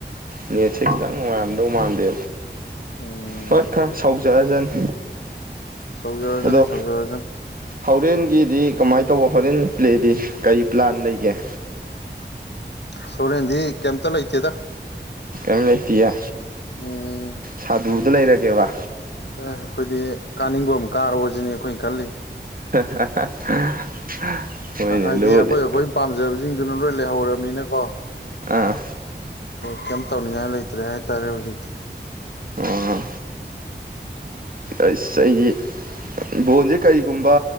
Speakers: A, on the right; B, on the left.
A: ꯅꯦꯠꯁꯦ ꯈꯤꯇꯪ ꯅꯨꯡꯉꯥꯏꯔꯝꯗꯧ ꯃꯥꯟꯗꯦ
B: ꯎꯝ
A: ꯍꯣꯏ ꯈꯔ ꯁꯥꯎꯖꯔꯖꯅꯤ
B: ꯁꯧꯖꯔꯖꯅꯤ
A: ꯍꯜꯂꯣ
B: ꯁꯧꯖꯔꯖꯅꯤ
A: ꯍꯧꯔꯦꯟꯒꯤꯗꯤ ꯀꯃꯥꯏꯅ ꯇꯧꯕ ꯍꯣꯔꯦꯟ ꯄ꯭ꯂꯦꯗꯤ ꯀꯔꯤ ꯄ꯭ꯂꯥꯟ ꯂꯩꯒꯦ
B: ꯁꯣꯔꯦꯟꯗꯤ ꯀꯩꯝꯇ ꯂꯩꯇꯦꯗ
A: ꯀꯔꯤꯝ ꯂꯩꯇꯤꯌꯦ
B: ꯎꯝ
A: ꯁꯥꯗꯨꯗ ꯂꯩꯔꯒꯦꯕ
B: ꯑ ꯑꯩꯈꯣꯏꯗꯤ ꯀꯥꯅꯤꯡꯕ ꯑꯃ ꯀꯥꯔꯣꯁꯤꯅꯤ ꯑꯩꯈꯣꯏꯅ ꯈꯜꯂꯤ
A: <unintelligible> ꯍꯣꯏꯅꯦ
B: ꯍꯥꯏꯗꯤ
A: ꯑꯗꯨꯕꯨꯗꯤ
B: ꯑꯩꯈꯣꯏ ꯑꯩꯈꯣꯏ ꯄꯥꯝꯖꯕꯁꯤꯡꯗꯨꯅ ꯂꯣꯏ ꯂꯩꯍꯧꯔꯝꯅꯤꯅ ꯀꯣ
A: ꯑꯥ
B: ꯀꯩꯝ ꯇꯧꯅꯤꯡꯉꯥꯏ ꯂꯩꯇ꯭ꯔꯦ ꯍꯥꯏꯇꯥꯔꯦ ꯍꯧꯖꯤꯛꯇꯤ
A: ꯑꯣ ꯑꯁ ꯑꯩꯒꯤ ꯕꯣꯟꯁꯦ ꯀꯔꯤꯒꯨꯝꯕ